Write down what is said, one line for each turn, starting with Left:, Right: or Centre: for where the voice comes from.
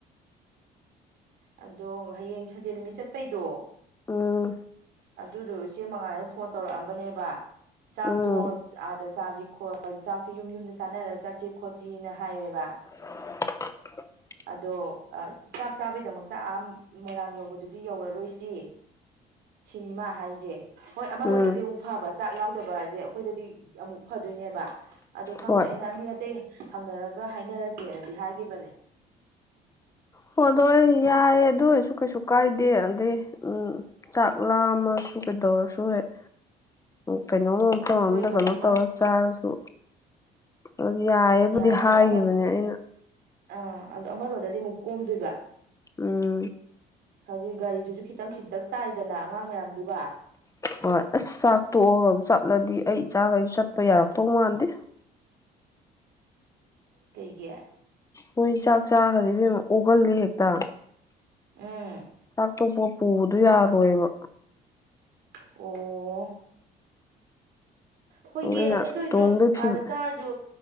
Right: ꯑꯗꯣ ꯍꯌꯦꯡ ꯁꯟꯗꯦ ꯅꯨꯃꯤꯠ ꯆꯠꯄꯩꯗꯣ
Left: ꯎꯝ
Right: ꯑꯗꯨꯗꯣ ꯏꯆꯦ ꯃꯉꯥꯜꯂꯩꯅ ꯐꯣꯟ ꯇꯧꯔꯛꯑꯝꯕꯅꯦꯕ ꯆꯥꯛꯇꯣ
Left: ꯎꯝ
Right: ꯑꯥꯗ ꯆꯥꯁꯤ ꯆꯥꯛꯇꯣ ꯌꯨꯝ ꯌꯨꯝꯗ ꯆꯥꯅꯔꯒ ꯆꯠꯁꯤ ꯈꯣꯠꯁꯤꯅ ꯍꯥꯏꯌꯦꯕ
Left: <inaudible>
Right: ꯑꯗꯣ ꯆꯥꯛ ꯆꯥꯕꯩꯗꯃꯛꯇ ꯑꯥ ꯃꯣꯏꯔꯥꯡ ꯌꯧꯕꯗꯨꯗꯤ ꯌꯧꯔꯔꯣꯏꯁꯤ ꯁꯤꯅꯤꯃꯥ ꯍꯥꯏꯁꯦ ꯍꯣꯏ ꯑꯃꯔꯣꯝꯗꯗꯤ
Left: ꯎꯝ
Right: ꯑꯃꯨꯛ ꯐꯕ ꯆꯥꯛ ꯌꯥꯎꯗꯕꯁꯦ ꯑꯩꯈꯣꯏꯗꯗꯤ ꯑꯃꯨꯛ ꯐꯗꯣꯏꯅꯦꯕ ꯑꯗꯨ ꯈꯪꯗꯦ
Left: ꯍꯣꯏ
Right: ꯑꯩꯅ ꯃꯤ ꯑꯇꯩ ꯍꯪꯅꯔꯒ ꯍꯥꯏꯅꯔꯁꯦꯅꯗꯤ ꯍꯥꯏꯒꯤꯈꯤꯕꯅꯦ
Left: ꯍ ꯑꯗꯨꯣ ꯌꯥꯏꯌꯦ ꯑꯗꯨ ꯑꯣꯏꯔꯁꯨ ꯀꯩꯁꯨ ꯀꯥꯏꯗꯦ ꯑꯗꯩ ꯎꯝ ꯆꯥꯛ ꯂꯥꯝꯃꯁꯨ ꯀꯩꯗꯧꯔꯁꯨ ꯍꯦꯛ ꯀꯩꯅꯣꯃ ꯃꯣ
Right: ꯑꯩꯈꯣꯏ
Left: ꯑꯝꯗ
Right: ꯀꯩꯅꯣꯝꯃ
Left: ꯀꯩꯅꯣ ꯇꯧꯔ ꯆꯥꯔꯁꯨ ꯑꯗꯨ ꯌꯥꯏꯌꯦꯦꯕꯨꯗꯤ
Right: ꯌꯥꯏ
Left: ꯍꯥꯏꯈꯤꯕꯅꯦ
Right: ꯑꯗꯣ ꯑꯃ
Left: ꯑꯩꯅ
Right: ꯑꯥ ꯑꯗꯨꯣ ꯑꯃꯔꯣꯝꯗꯗꯤ ꯑꯃꯨꯛ ꯀꯣꯝꯗꯣꯏꯕ
Left: ꯎꯝ
Right: ꯍꯧꯖꯤꯛ ꯒꯥꯔꯤꯗꯨꯁꯨ ꯈꯤꯇꯪ ꯁꯤꯟꯇꯛ ꯇꯥꯏꯗꯅ ꯑꯉꯥꯡ ꯃꯌꯥꯝꯗꯨꯒ
Left: ꯍꯣꯏ ꯑꯁ ꯆꯥꯛ ꯇꯣꯛꯑꯒ ꯆꯠꯂꯗꯤ ꯑꯩ ꯏꯆꯥꯈꯩꯁꯨ ꯆꯠꯄ ꯌꯥꯔꯛꯇꯧ ꯃꯥꯟꯗꯦ
Right: ꯀꯩꯒꯤꯦ
Left: ꯃꯣꯏ ꯆꯥꯛ ꯆꯥꯈꯗꯤ ꯑꯣꯍꯜꯂꯤ ꯍꯦꯛꯇ
Right: ꯎꯝ
Left: ꯆꯥꯛꯇꯣꯛꯄ ꯄꯨꯕꯗꯨ ꯌꯥꯔꯣꯏꯕ
Right: ꯑꯣ ꯍꯣꯏ
Left: ꯑꯗꯨꯅ
Right: ꯌꯦꯡꯉꯗꯤ ꯑꯗꯨꯏꯁꯨ
Left: ꯇꯣꯡꯗꯣꯏ ꯐꯤꯕꯝ
Right: ꯑꯥꯗ ꯆꯥꯔꯁꯨ